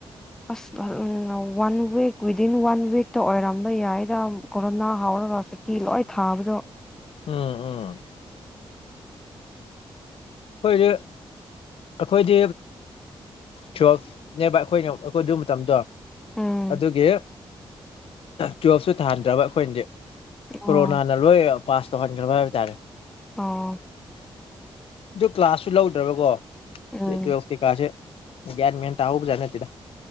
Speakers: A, in the centre; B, on the left.
A: ꯑꯁ ꯋꯥꯟ ꯋꯤꯛ ꯋꯤꯗꯤꯟ ꯋꯥꯟ ꯋꯤꯛꯇ ꯑꯣꯏꯔꯝꯕ ꯌꯥꯏꯗ ꯀꯣꯔꯣꯅꯥ ꯍꯥꯎꯔꯒ ꯁꯛꯇꯤ ꯂꯣꯏ ꯊꯥꯕꯗꯣ
B: ꯎꯝ ꯎꯝ ꯐꯣꯏꯔ ꯑꯩꯈꯣꯏꯗꯤ ꯇꯨꯋꯦꯜꯐꯅꯦꯕ ꯑꯩꯈꯣꯏꯅ ꯑꯩꯈꯣꯏ ꯑꯗꯨ ꯃꯇꯝꯗꯣ
A: ꯎꯝ
B: ꯑꯗꯨꯒꯤ ꯇꯨꯋꯦꯜꯐꯁꯨ ꯊꯥꯍꯟꯗ꯭ꯔꯕ ꯑꯩꯈꯣꯏꯅꯗꯤ
A: ꯑꯣ
B: ꯀꯣꯔꯣꯅꯥꯅ ꯂꯣꯏ ꯄꯥꯁ ꯇꯧꯍꯟꯈ꯭ꯔꯕ ꯍꯥꯏꯕ ꯇꯥꯔꯦ
A: ꯑꯣ
B: ꯑꯗꯨ ꯀ꯭ꯂꯥꯁꯁꯨ ꯂꯧꯗ꯭ꯔꯕꯀꯣ
A: ꯎꯝ
B: ꯇꯨꯌꯦꯜꯞ ꯀꯩꯀꯥꯁꯦ ꯒ꯭ꯌꯥꯟ ꯃꯦꯟ ꯇꯥꯍꯧꯕ ꯖꯥꯠ ꯅꯠꯇꯦꯗ